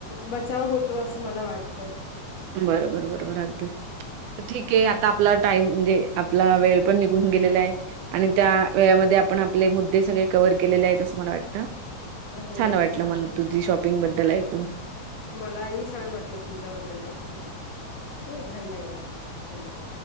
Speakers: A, on the left; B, on the right.
A: बचाव होतो असं मला वाटतंय
B: बरोबर बरोबर अ ठीक आहे आता आपला टाईम म्हणजे आपला वेळ पण निघून गेलेला आहे आणि त्या
A: ओके
B: वेळेमध्ये आपण आपले मुद्दे सगळे कवर केलेले आहेत असं मला वाटतं
A: हो
B: छान
A: हो
B: वाटलं
A: चालेल.
B: मला तुझी शॉपिंग बद्दल ऐकून
A: मलाही छान वाटलं तुमच्याबद्दल ऐकून ओके धन्यवाद धन्यवाद